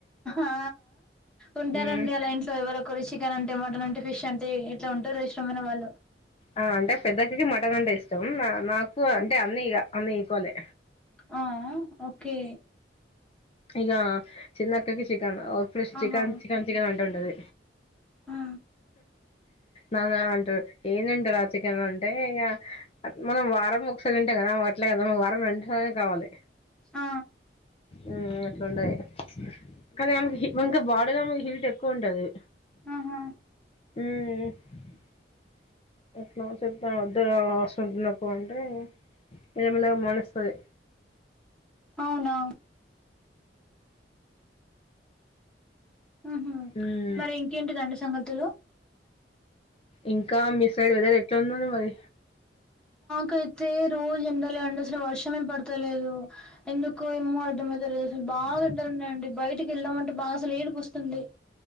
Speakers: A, in the centre; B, on the left.
A: ఆ ఉంటారండి
B: మ్మ్
A: అలా ఇంట్లో ఎవరొ ఒకరు చికెన్ అంటే మటన్ అంటే ఫిష్ అంటే ఇట్లా ఉంటారు ఇష్టమైన వాళ్ళు
B: ఆ అంటే పెద్ద అక్క కి మటన్ అంటే ఇష్టం నాకు అంటే అన్నీ ఇ అన్న ఇకోవలే
A: ఆ ఆ ఓకే
B: ఇగా చిన్న అక్క కి చి ఇష్టం ఓ ఫ్రెష్ చికెన్
A: ఆహా!
B: చికెన్ అంటుంటది.
A: ఆ
B: నానా అంటారు ఏం తింటావురా చికెన్ అంటే ఇగా మనం వారంలా ఒకసారి తింటాం కదా ఆమె అట్లా చే వారంలా రెండు సార్ల కావాలి,
A: ఆ
B: హు అట్లా ఉంటది కానీ మనకి బాడీలో హీట్ ఎక్కువ ఉంటది,
A: ఆహా
B: హుమ్ ఎట్లా చెప్తా వద్ద వాష్ రూమ్ కన్నా పొండ్రి మెల్ల మెల్లగా మొల్లస్తది
A: అవునా హుమ్మ్
B: మ్మ్
A: మరి ఇంకేంటి దాని సంగతులు
B: ఇంకా మిసైడ్ వెదర్ ఎట్లా ఉంటుంది మరి
A: కొత్తూరు ఎండలు ఎండ రోజు అసలు వర్షం ఎం పడతలేదు ఎందుకు ఏమో అర్ధమయే లెద్ బాగా ఎండాలునాయండి బయటికి వెల్దామంటే బాగా అసలు ఏడుపొస్తుంది